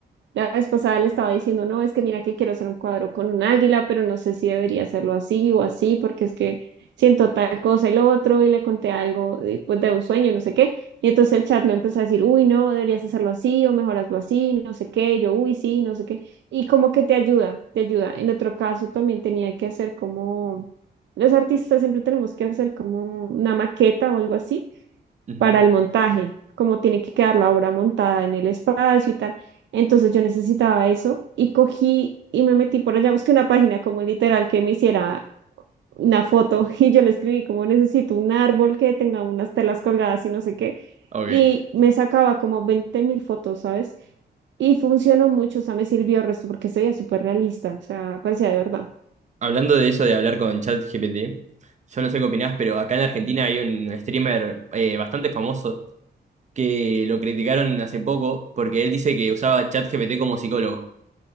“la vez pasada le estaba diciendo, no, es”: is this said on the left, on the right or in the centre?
Right